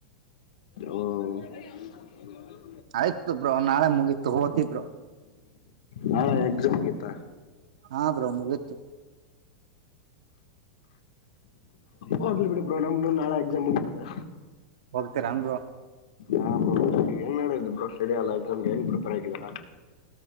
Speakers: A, on the left; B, on the right.
A: <inaudible>
B: ಆಯ್ತು ಬ್ರೋ ನಾಳೆ ಮುಗಿತ್ ಹೋತಿ ಬ್ರೋ
A: ಹಾ ನಾಳೆ ಎಕ್ಸಾಮ್ ಮುಗಿತಾ
B: ಹಾ ಬ್ರೋ ಮುಗಿತ್ತು
A: ಹೋಗ್ಲಿ ಬಿಡಿ ಬೋ ನಮ ನಾಳೆ ಎಕ್ಸಾಮ್ ಮುಗುತ್ತಾತೆ
B: ಹೋಗ್ತೀರಾ ಬ್ರೋ
A: ಹಾ ಬೋ ಏನ್ ನಡಿದ್ದ ಬ್ರೋ ಸ್ಟಡಿ ಅಲ್ಲ ಎಕ್ಸಾಮ್ಗೆ ನ್ ಪ್ರಿಪೇರ್ ಆಗಿದಾರಾ